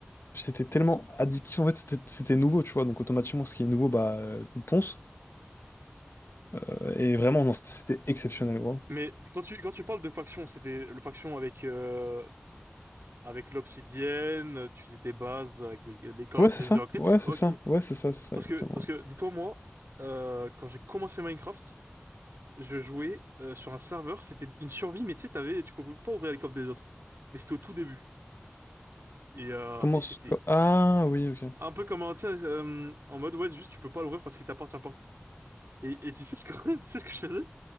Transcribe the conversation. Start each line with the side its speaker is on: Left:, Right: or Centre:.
Left: c'était tellement addictif. En fait, c'était c'était nouveau, tu vois. Donc, automatiquement, ce qui est nouveau, bah, euh, tu le ponces. Euh, et vraiment, non, c'était c'était exceptionnel, gros.
Right: Mais quand tu, quand tu parles de faction, c'était le faction avec, euh, avec l'obsidienne, tu faisais tes bases avec les, les coffres,
Left: Ouais, c'est
Right: les
Left: ça.
Right: œufs à creep.
Left: Ouais, c'est
Right: Ok.
Left: ça. Ouais, c'est ça, c'est ça,
Right: Parce
Left: exactement.
Right: que, parce que, dis-toi, moi, euh, quand j'ai commencé Minecraft, je jouais euh, sur un serveur, c'était une survie, mais tu sais, t'avais, tu pouvais pas ouvrir les coffres des autres. Mais c'était au tout début. Et, euh,
Left: Comment.
Right: et c'était
Left: c- co- Ah, oui, ok.
Right: un peu comme un, tu sais, euh, en mode, ouais, juste tu peux pas l'ouvrir parce qu'il t'appartient pas. Et, et tu sais ce que, <laughs> tu sais ce que je faisais?